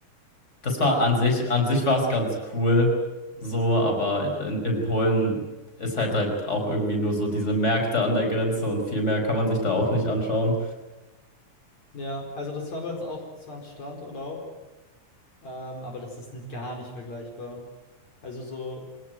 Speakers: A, on the left; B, on the left.
A: Das war an sich, an sich war es ganz cool, so, aber in, in Polen ist halt halt auch irgendwie nur so diese Märkte an der Grenze und viel mehr kann man sich da auch nicht anschauen.
B: Ja, also das war bei uns auch zwar ein Strandurlaub, Ähm, aber das ist n- gar nicht vergleichbar. Also so